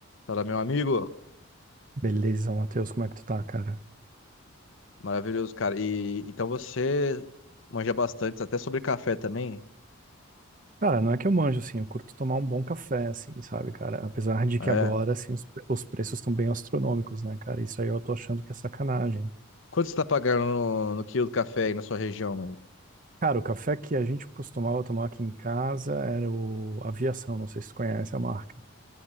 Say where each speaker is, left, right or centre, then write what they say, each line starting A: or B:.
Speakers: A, on the left; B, on the right.
A: Fala, meu amigo.
B: Beleza, Matheus, como é que tu tá, cara?
A: Maravilhoso, cara. E então você manja bastante, até sobre café também.
B: Cara, não é que eu manjo, assim, eu curto tomar um bom café, assim, sabe, cara? Apesar de
A: Ah,
B: que agora,
A: É.
B: assim, os, pre- os preços estão bem astronômicos, né, cara? Isso aí eu tô achando que é sacanagem.
A: Quanto você tá pagando no, no quilo do café aí na sua região? no-
B: Cara, o café que a gente costumava tomar aqui em casa era o Aviação, não sei se tu conhece a marca.